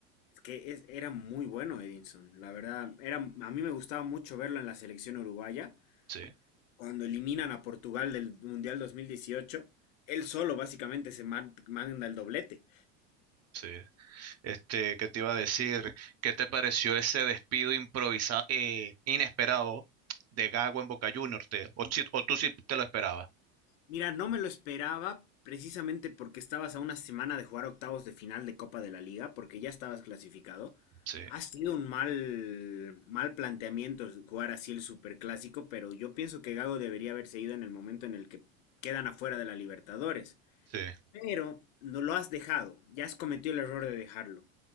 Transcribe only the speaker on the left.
Es que es- era muy bueno Edinson, la verdad, era, a mí me gustaba mucho verlo en la selección uruguaya,
cuando eliminan a Portugal del Mundial 2018, él solo básicamente se man- manda el doblete.
Mira, no me lo esperaba precisamente porque estabas a una semana de jugar octavos de final de Copa de la Liga, porque ya estabas clasificado.
Ha sido un mal, mal planteamiento jugar así el superclásico, pero yo pienso que Gago debería haberse ido en el momento en el que quedan afuera de la Libertadores.
Pero no lo has dejado, ya has cometido el error de dejarlo.